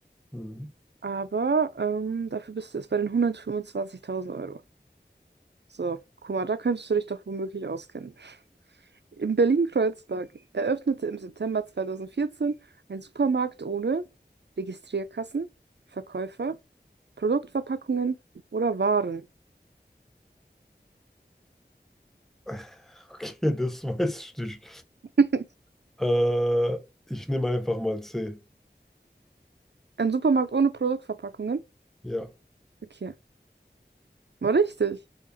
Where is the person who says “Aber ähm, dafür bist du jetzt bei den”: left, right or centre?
Right